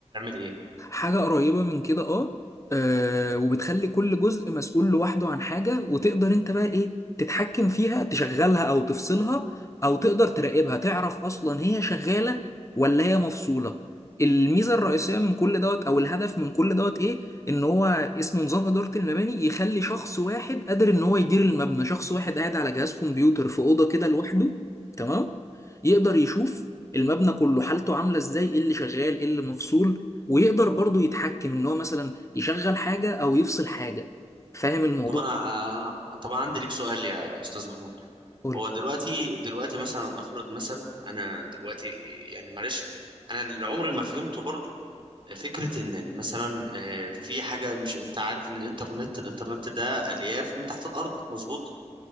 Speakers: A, on the right; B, on the left.
A: ايه
B: حاجة قريبة من كده اه آه، وبتخلي كل جزء مسؤول لوحده عن حاجة وتقدر انت بقى ايه تتحكم فيها تشغلها او تفصلها او تقدر تراقبها تعرف اصلا هي شغالة ولا هي مفصولة الميزة الرئيسية من كل دوت او الهدف من كل دوت ايه ان هو اسمه نظام ادارة المباني يخلي شخص واحد قادر ان هو يدير المبنى شخص واحد قاعد على جهاز كمبيوتر في أوضة كده لوحده تمام يقدر يشوف المبنى كله حالته عاملة ازاي ايه اللي شغال ايه اللي مفصول ويقدر برضو يتحكم ان هو مثلا يشغل حاجة او يفصل حاجة فاهم الموضوع
A: طب انا آه طب انا عندي ليك سؤال يا استاذ محمود
B: قول
A: هو
B: لي.
A: دلوقتي دلوقتي مثلا افرض مثلا انا دلوقتي يعني معلش انا اللي عمري ما فهمته برضو فكرة ان مثلا آه، في حاجة مش انت عارف ان الانترنت الانترنت ده الياف من تحت الارض مظبوط